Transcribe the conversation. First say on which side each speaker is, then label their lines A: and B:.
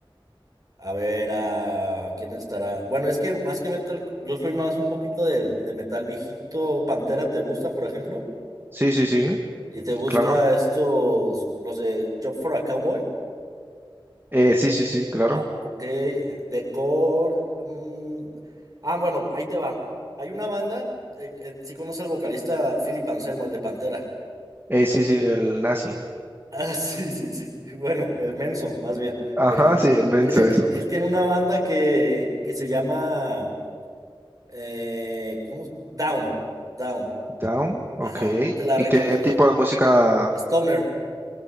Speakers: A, on the right; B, on the right.
A: A ver, ¿a quién estará? Bueno, es que más que metal, yo soy más un poquito de, de metal viejito. Pantera, ¿te gusta, por ejemplo?
B: Sí, sí, sí,
A: ¿Y te gusta
B: claro.
A: estos, los de Job for a Cowboy?
B: Eh, sí, sí, sí, claro.
A: Ah, ok, eh, de Core. mm, Ah, bueno, ahí te va. Hay una banda, eh, eh, sí conoce al vocalista Philip Anselmo, el de Pantera. <laughs>
B: Eh, sí, sí, el nazi.
A: Ah, sí, sí, sí. Bueno, el Menso, más bien,
B: Ajá,
A: porque
B: sí, el menso,
A: tiene,
B: eso.
A: él tiene una banda que, que se llama Eh, ¿cómo? se- Down, Down.
B: Down, ok.
A: Ajá, te la recomiendo.
B: ¿Y qué tipo de música?
A: Stoner.